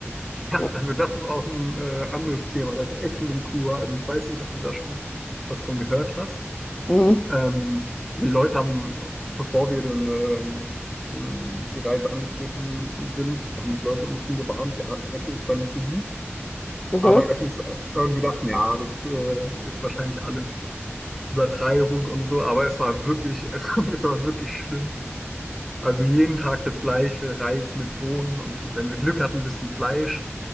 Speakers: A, in the centre; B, on the left.
A: Ja,
B: Ja.
A: also das ist auch ein äh, anderes Thema, das Essen in Kuba. Also ich weiß nicht, ob du da schon was von gehört hast.
B: Mhm.
A: Ähm, die Leute haben, bevor wir den, ähm, den, die Reise angetreten sind, haben die Leute uns schon gewarnt, ja, das Essen ist dann nicht so gut.
B: Mhm.
A: Aber es ist, äh, und wir dachten, ja, das äh, ist wahrscheinlich alles Übertreibung und so, aber es war wirklich, <laughs> es, es war wirklich schlimm. Also jeden Tag das gleiche, Reis mit Bohnen und wenn wir Glück hatten, ein bisschen Fleisch.